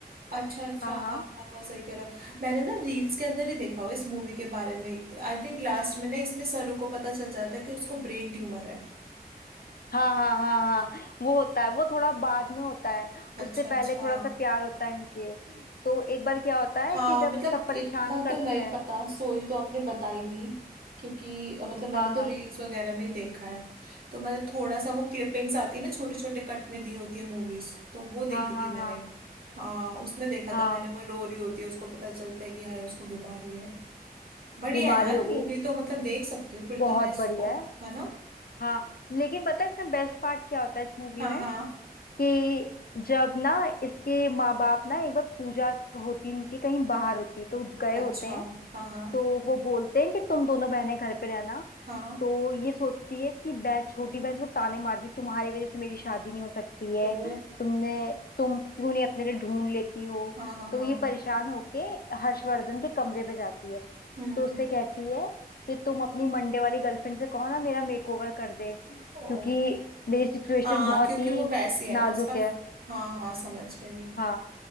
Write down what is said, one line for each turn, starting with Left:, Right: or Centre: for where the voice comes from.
Right: अच्छा अच्छा
Left: हाँ
Right: हाँ
Left: हाँ
Right: हाँ हाँ सही कह रहे हो मैंने ना रील्स के अंदर ही देखा हुआ इस मूवी के बारे में आई थिंक लास्ट में ना इसमें सरू को पता चल जाता है कि उसको ब्रेन ट्यूमर है
Left: हाँ हाँ हाँ
Right: है ना
Left: हाँ वो होता है वो थोड़ा बाद में होता है
Right: अच्छा
Left: उससे पहले
Right: अच्छा
Left: थोड़ा सा प्यार होता है इनके तो एक बार क्या होता
Right: हाँ
Left: है कि जब
Right: मतलब
Left: सब परेशान
Right: इतना
Left: करते
Right: तो नहीं
Left: हैं
Right: पता स्टोरी तो आपने बताई दी क्योंकि अ, मतलब मैंने
Left: हाँ
Right: तो
Left: हाँ
Right: रील्स वगैरह में ही देखा है तो मैंने थोड़ा सा वो क्लिपिंग्स आती है ना छोटे छोटे कट में दी होती है मूवीज तो वो देखी
Left: हाँ हाँ
Right: थी मैंने
Left: हाँ हाँ
Right: हाँ उसमें देखा
Left: हाँ
Right: था मैंने वो रो रही होती है उसको पता चलता है कि हाय उसको बीमारी है बढ़िया
Left: बीमारी
Right: यार
Left: हो गई
Right: मूवी तो मतलब देख सकती हूँ फिर
Left: बहुत
Right: तो मैं इसको
Left: बढ़िया है
Right: है ना
Left: हाँ लेकिन पता है इसमें बेस्ट पार्ट क्या होता है इस मूवी
Right: हाँ
Left: में
Right: हाँ
Left: कि जब ना इसके माँ बाप ना एक बार पूजा होती इनकी कहीं बाहर होती तो गए
Right: अच्छा
Left: होते हैं
Right: हाँ हाँ
Left: तो वो बोलते हैं कि तुम दोनों बहनें घर पे रहना
Right: हाँ
Left: तो ये सोचती है इसकी बहन छोटी बहन इसको ताने मारती तुम्हारी वजह से मेरी शादी नहीं हो सकती है
Right: ओ
Left: तुमने तुम क्यों नहीं अपने लिए ढूंढ लेती हो
Right: हाँ हाँ
Left: तो
Right: हाँ
Left: ये परेशान होके हर्षवर्धन के कमरे पे जाती है
Right: हम्म
Left: तो उससे कहती है कि तुम अपनी मंडे वाली गर्लफ्रेंड से कहो ना मेरा मेकओवर कर दे क्योंकि
Right: ओ
Left: मेरी सिचुएशन
Right: हाँ
Left: बहुत
Right: क्योंकि
Left: ही
Right: वो वैसी है
Left: नाजुक
Right: ना उसका
Left: है
Right: हाँ हाँ समझ गई
Left: हाँ